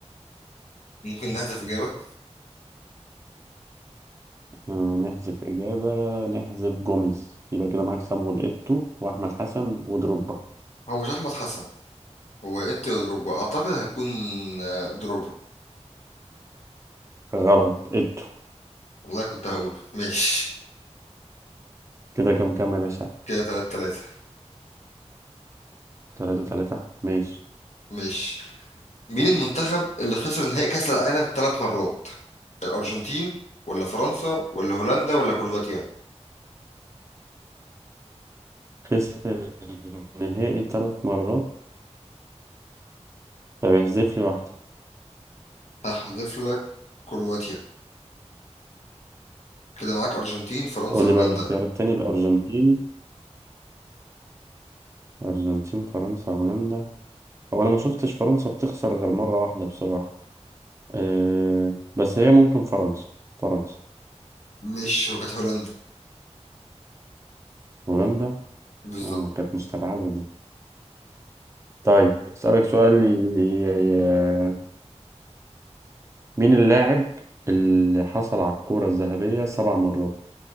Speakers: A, on the left; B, on the right.
A: ممكن نحذف إجابة
B: آه، نحذف إجابة نحذف جوميز يبقى كده معاك صامويل إيتو وأحمد حسن ودروجبا
A: هو مش أحمد حسن هو إيه دروجبا أعتقد هيكون آه، دروجبا
B: غلط إيتو
A: والله كنت هقوله ماشي
B: كده كام كام يا باشا
A: كده تلات تلاتة
B: تلاتة تلاتة ماشي
A: ماشي مين المنتخب اللي خسر نهائي كأس العالم تلات مرات الأرجنتين ولا فرنسا ولا هولندا ولا كرواتيا
B: خسر النهائي تلات مرات طب احذف لي واحدة
A: هحذف لك كرواتيا كده معاك أرجنتين فرنسا
B: قول
A: هولندا
B: لي بقى الاختيار التاني الأرجنتين أرجنتين فرنسا هولندا هو أنا ما شفتش فرنسا بتخسر غير مرة واحدة بصراحة أه بس هي ممكن فرنسا فرنسا
A: مش هو كانت هولندا
B: هولندا
A: بالظبط
B: اه كانت مستبعدة دي طيب أسألك سؤال ي- ي- مين اللاعب اللي حصل على الكرة الذهبية سبع مرات